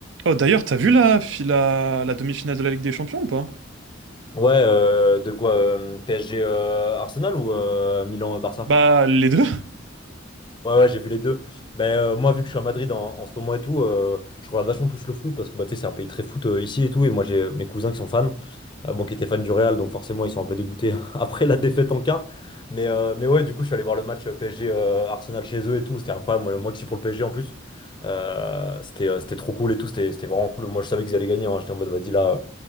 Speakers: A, on the right; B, on the left.
A: Oh, d'ailleurs, t'as vu la, fi- la, la demi-finale de la Ligue des Champions ou pas?
B: Ouais, euh, de quoi euh, PSG euh, Arsenal ou euh, Milan euh, Barça?
A: Bah, les deux. <laughs>
B: Ouais, ouais, j'ai vu les deux. Mais euh, moi, vu que je suis à Madrid en, en ce moment et tout, euh, je regarde vachement plus le foot parce que bah, tu sais, c'est un pays très foot euh, ici et tout. Et moi, j'ai mes cousins qui sont fans, euh, bon, qui étaient fans du Real, donc forcément, ils sont un peu dégoûtés <laughs> après la défaite en quart. Mais, euh, mais ouais, du coup, je suis allé voir le match euh, PSG euh, Arsenal chez eux et tout. C'était incroyable. Moi, moi qui suis pour le PSG en plus, euh, c'était euh, c'était trop cool et tout. C'était c'était vraiment cool. Moi, je savais qu'ils allaient gagner. hein. J'étais en mode, vas-y là.